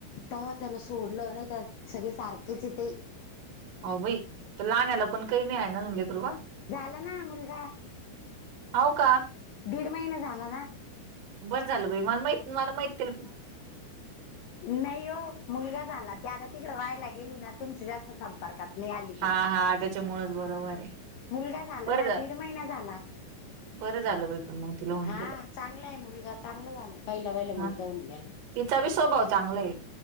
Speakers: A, on the left; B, on the right.
A: तेव्हा त्यान सोडलं नाही तर सगळे सारखेच य तेे
B: हो बाई तर लाण्याला पण काही नाही आहे ना आजुन लेकरुबाळ
A: झालं ना मुलगा
B: हो का
A: दीड महिने झाला ना
B: बरं झालं भाई मला मा मला माहित
A: नाही ओ. मुलगा झाला ते आता तिकड रा्हायला गेली ना तुमं जास्त संपर्कात नाही आली.
B: हा
A: ती
B: हा त्याच्यामुळेच बरोबर आहे.
A: मुलगा झाला
B: बरं
A: ना
B: झालं
A: दीड महिना झाला.
B: बरं झालं बाई पण मग तिला होऊन
A: हा
B: गेलं
A: चांगला आहे मुलगा चांगला झाला पहिला पहिला मुलगा
B: हा
A: होऊन गेला.
B: तिचा बी स्वभाव चांगला आहे.